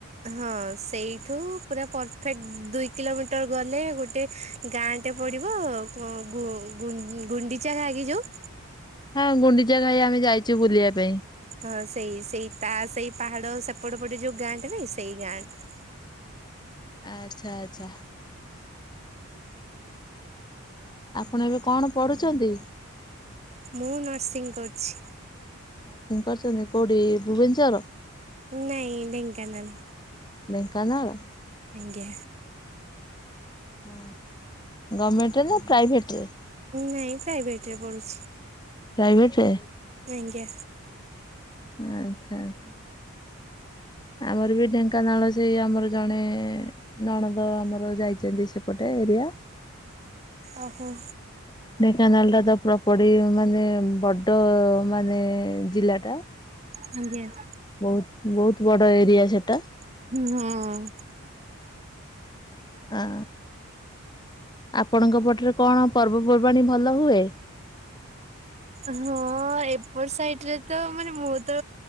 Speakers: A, on the right; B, on the left.
A: ହଁ ସେଇଠୁ ପୁରା ପରଫେକ୍ଟ ଦୁଇ କିଲୋମିଟର ଗଲେ ଗୋଟେ ଗାଁଟେ ପଡିବ ଗୁଣ୍ଡିଚା ଘାଗି ଯୋଉ?
B: ହଁ ଗୁଣ୍ଡିଚା ଘାଇ ଆମେ ଯାଇଛୁ ବୁଲିବା ପାଇଁ।
A: ହଁ ସେଇ ସେଇ ତା ସେଇ ପାହାଡ ସେପଟ ପଟେ ଯୋଉ ଗାଁଟ ନାଇଁ ସେଇ ଗାଁଟା।
B: ଆଚ୍ଛା ଆଚ୍ଛା। ଆପଣ ଏବେ କଣ ପଢୁଛନ୍ତି?
A: ମୁଁ ନର୍ସିଂ କରୁଛି।
B: ନର୍ସିଂ କରୁଛନ୍ତି, କଉଠି ଭୁବନେଶ୍ୱର?
A: ନାଇଁ ଢେଙ୍କାନାଲ।
B: ଢେଙ୍କାନାଳ
A: ଆଜ୍ଞା
B: ହଁ, ଭର୍ଣ୍ଣମେଣ୍ଟରେ ନା ପ୍ରାଇଭେଟରେ?
A: ନାହିଁ ପ୍ରାଇଭେଟରେ ପଢୁଛି।
B: ପ୍ରାଇଭେଟରେ
A: ଆଜ୍ଞା
B: ହୁଁ ହୁଁ ଆମର ବି ଢେଙ୍କାନାଳ ସେଇ ଆମର ଜଣେ ନଣଦ ଆମର ଯାଇଛନ୍ତି ସେପଟ ଏରିଆ।
A: ଅହୋ
B: ଢେଙ୍କାନାଳଟା ତ ପ୍ରପଟି ମାନେ ବଡ ମାନେ ଜିଲ୍ଲା ଟା।
A: ଆଜ୍ଞା
B: ବହୁତ ବହୁତ ବଡ ଏରିଆ ସେଟା।
A: ହଁ
B: ଆ, ଆପଣଙ୍କ ପଟେ କଣ ପର୍ବପର୍ବାଣୀ ଭଲ ହୁଏ?
A: ହଁ ଏପଟ ସାଇଟରେ ତ ମାନେ ମୁଁ ତ